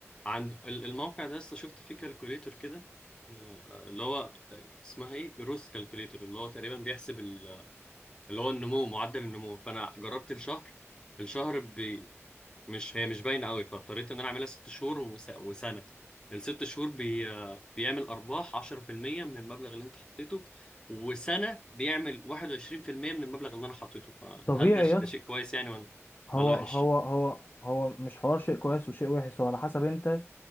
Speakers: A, on the left (about 15°); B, on the left (about 35°).
A: عند ال- الموقع ده لسه شفت فيه كالكوليتور كده آه، اللي هو اسمها ايه جروث كالكوليتور اللي هو تقريبا بيحسب ال- اللي هو النمو معدل النمو فانا جربت الشهر الشهر مش هي مش باينه قوي فاضطريت ان انا اعملها ست شهور وس... وسنه الست شهور بي... بيعمل ارباح 10% من المبلغ اللي انت حطيته وسنه بيعمل 21% من المبلغ اللي انا حطيته فهل
B: طبيعي
A: ده ش...
B: يا
A: ده
B: اسطى
A: شيء كويس يعني ولا
B: هو
A: ولا وحش
B: هو هو هو مش حوار شيء كويس وشيء وحش هو على حسب انت